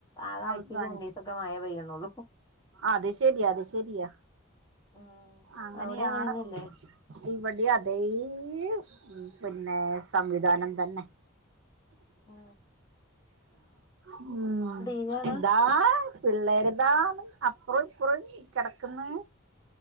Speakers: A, on the left; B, on the right.
A: ആ ആഴ്ച്ചാ
B: അവസാനിച്ച്
A: രണ്ട് ദുസ ഒക്കെ മായ പയ്യണള്ളു
B: അത് ശെരി അത് ശെരിയാ
A: ഉം
B: അങ്ങനെയാണ്
A: അവിടെ അങ്ങനെന്നെല്ലേ
B: ഇവിടെ അതേ ഈ പിന്നെ സംവിധാനം തന്നെ
A: ഓ
B: ഉം
A: വി കാണാ
B: എന്താ പിള്ളേർതാണ് അപ്പറം ഇപ്പറം കിടക്കന്ന്